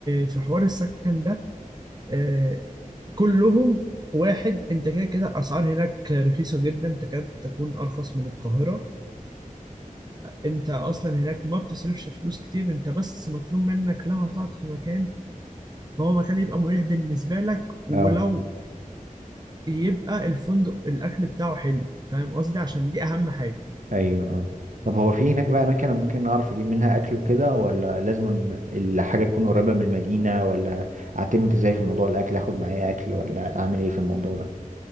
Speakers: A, on the right; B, on the right.
A: في حوار السكن ده آه، كلهم واحد أنت كده كده الأسعار هناك رخيصة جدا تكاد تكون أرخص من القاهرة أنت أصلا هناك ما بتصرفش فلوس كتير أنت بس مطلوب منك لو هتقعد في مكان فهو مكان يبقى مريح بالنسبة لك ولو
B: اه
A: يبقى الفندق الاكل بتاعه حلو فاهم قصدي عشان دي اهم حاجه
B: ايوه اه طب هو في هناك بقى اماكن أنا ممكن اعرف اجيب منها اكل وكده ولا لازم إن الحاجه تكون قريبه من المدينه ولا اعتمد ازاي في موضوع الاكل اخد معايا اكل ولا اعمل ايه في الموضوع ده